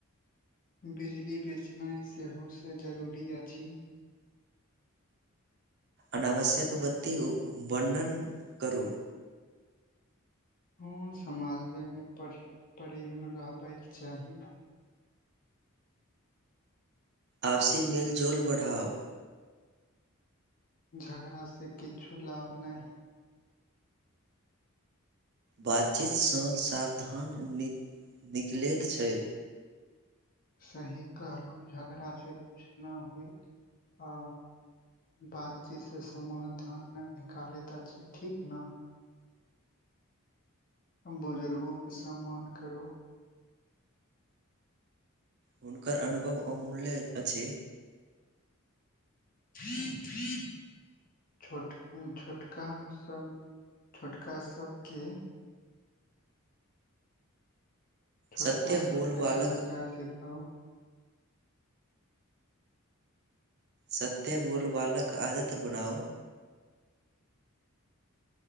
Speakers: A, on the left; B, on the right.
A: बिजली बेचनाइ सेहो से जरूरी अछि
B: अनावश्यक बत्ती वर्णन करू।
A: हँ समाजमे प्रेम रहबयके चाही
B: आपसी मेल जोल बढ़ाउ
A: झगड़ा से किछु लाभ नहि
B: बातचीतसँ सावधान न निकलै छै
A: सही कहलहु झगड़ा से कुछ न होइत आ बातचीत से समय ध्यान निकाले त छी ठीक ने बुजुर्गों के सम्मान करो
B: हुनकर अनुभव अमूल्य अछि
A: थ्री थ्री छोट छोटका सब छोटका सबके छोटका
B: सत्य
A: सबके
B: बोलबाक
A: संस्कार सिखाउ
B: सत्य बोल बालक आदत बनाउ